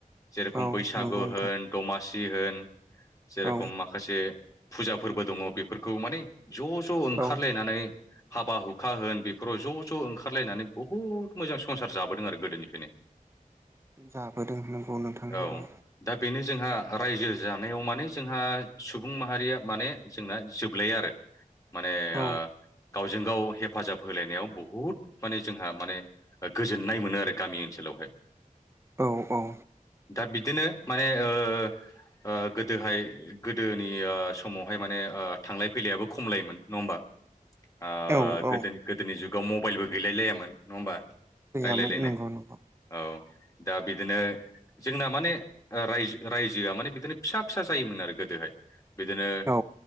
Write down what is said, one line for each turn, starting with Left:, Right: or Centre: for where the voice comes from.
Left: जे रखम
Right: औ
Left: बैसागु
Right: नंगौ नोंथां
Left: होन दमा सि होन जेरखम
Right: औ
Left: माखासे फुजा फोरबो दङ बेफोरखौ माने ज' ज' ओंखारलायनानै
Right: औ
Left: हाबा हुखा होन बेफोराव ज' ज' ओंखारलायनानै बहुत मोजां संसार जाबोदों आरो गोदोनिफ्रायनो
Right: जाबोदों नंगौ नोंथां
Left: औ
Right: नंगौ
Left: दा बेनो जोंहा रायजो जानायाव माने जोंहा सुबुं माहारिया माने जोंना जोबलायो आरो माने
Right: औ
Left: गावजों गाव हेफाजाब होलायनायाव बहुद माने जोंहा माने गोजोननाय मोनो आरो गामि ओनसोलावहाय
Right: औ-औ-औ
Left: दा बिदिनो माने ओ गोदोहाय गोदोनि समावहाय माने थांलाय फैलायाबो खमलायोमोन नङा होमबा ओ
Right: औ औ
Left: गोदो गोदोनि जुगाव मबाइलबो गैलायलायामोन नङा होमबा
Right: गैयामोन
Left: रायलायलायनो
Right: नंगौ नंगौ
Left: औ दा बि दिनो जोंना माने राय रायजोआ माने बिदिनो फिसा फिसा जायोमोन आरो गोदोहाय बिदिनो
Right: औ